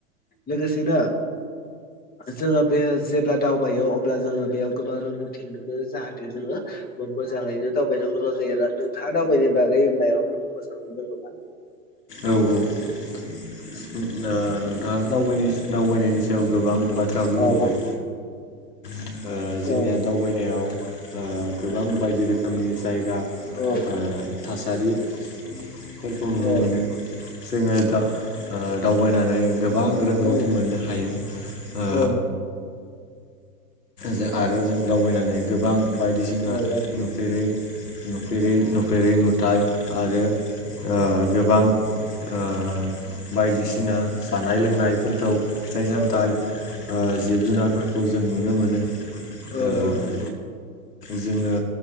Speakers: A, on the left; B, on the left.
A: लोगोसेनो जोङो बे जेब्ला दाव बायो अब्ला जोङो बेयाव गोबां रोंगौथि मोनो जाहाथे जोङो मो-मोजाङैनो दावबायनो गोनां जायो आरो। नोंथाङा दावबायनायनि बागै माबाफोर बुंनो सानबावदों नामा?
B: औ औ आ नोंथाङा दावबायनाय दावबायनायनि सायाव गोबां बाथ्रा बुंबोबाय।
A: औ
B: ओ जोंनिया
A: औ
B: दावबायनायाव ओ गोबां बायदि रोखोमनि जायगा
A: औ
B: ओ थासारि फोरखौ नुनो
A: औ
B: मोनो। जोङो दा ओ दाव बायनानै गोबां रोंगौथि
A: औ
B: मोननो हायो ओ
A: औ
B: जो आरो जों दावबायनानै गोबां बायदिसिना
A: औ
B: नुफेरै नुफेरै नुफेरै नुथाय आरो ओ गोबां ओ बायदिसिना जानाय लोंनायफोरखौ फिथाइ सामथाइ
A: औ औ औ
B: ओ जिब जुनारफोरखौ जों नुनो मोनो।
A: औ
B: ओ
A: औ नंगौ।
B: जोङो